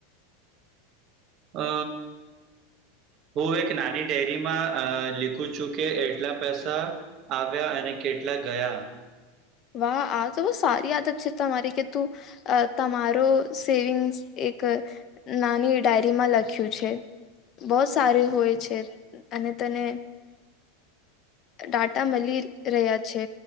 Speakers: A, on the right (about 45°); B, on the left (about 40°).
A: અ હું કએક નાની ડેરીમાં લીખું છું કે એટલા પૈસા આવ્યા અને કેટલા ગયા
B: વાહ આ તો બહ સારી આદત છે તમારી કે તું. અ તમારો સેવિંગ્સ એક નાની ડાયરીમાં લખ્યું છે. બહત સારી હોય છે અને તને. ડાટા મળી રહ્યા છે